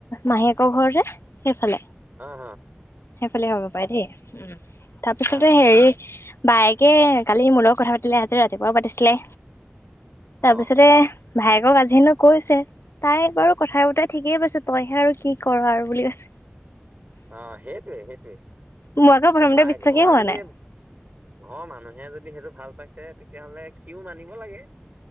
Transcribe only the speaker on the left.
মাহীয়েকৰ ঘৰ যে? সেইফালে।
সেইফালে হব পাই দেই, উম। তাৰপিছতে
হেৰি বায়েকে কালি মুৰ লগত কথা পাতিলে আজি ৰাতিপুৱাও পাতিছিলে।
তাৰপিছতে
ভায়েকক আজি হেনো কৈছে তাই বাৰু কথাই বতাই ঠিকেই পাইছোঁ, তই হে আৰু কি কৰ' আৰু বুলি কৈছ।
মোৰ আকৌ প্ৰথমতে
বিশ্বাসেই
হোৱা
নাই